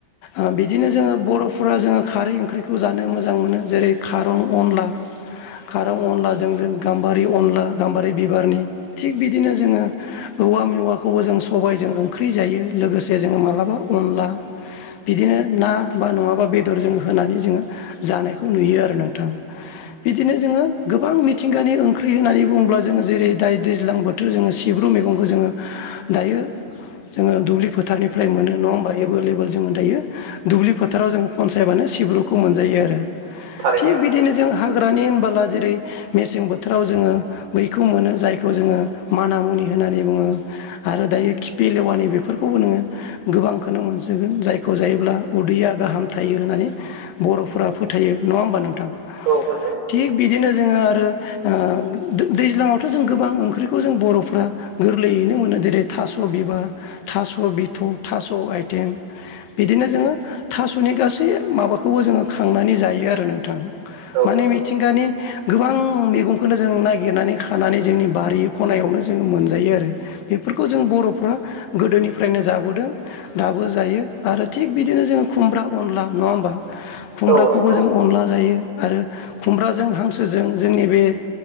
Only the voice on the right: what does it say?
थारैनो
औ नंगौ नोंथां
औ
औ नंगौ